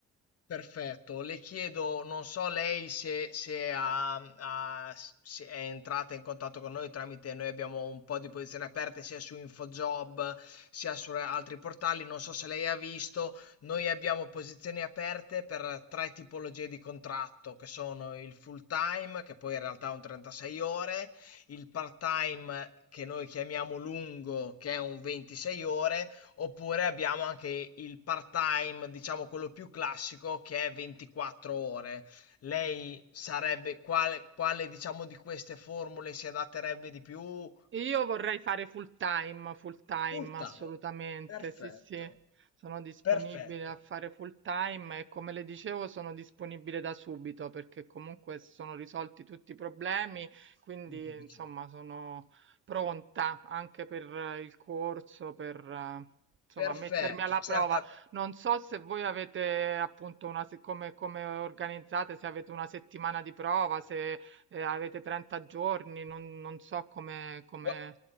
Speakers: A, on the left; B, on the right.
A: Perfetto, le chiedo, non so lei se, se ha- ha- se è entrata in contatto con noi tramite, noi abbiamo un po' di posizioni aperte sia su InfoJob sia su re- altri portali, non so se lei ha visto, noi abbiamo posizioni aperte per tre tipologie di contratto, che sono il full time, che poi in realtà è un 36 ore, il part time che noi chiamiamo lungo, che è un 26 ore, Oppure abbiamo anche il part-time, diciamo quello più classico, che è 24 ore. Lei sarebbe quale, quale diciamo di queste formule si adatterebbe di più?
B: Io vorrei fare full time, full time
A: Full time.
B: assolutamente,
A: Perfetto,
B: sì, sì, sono disponibile
A: perfetto.
B: a fare full time e come le dicevo sono disponibile da subito perché comunque si sono risolti tutti i problemi, quindi
A: Mi fa piacere.
B: insomma sono pronta anche per eh, il corso, per eh, insomma
A: Perfetto,
B: mettermi alla
A: certa.
B: prova. Non so se voi avete appunto una, se- come, come organizzate, se avete una settimana di prova, se eh, avete 30 giorni, non, non so come, come...
A: Gua-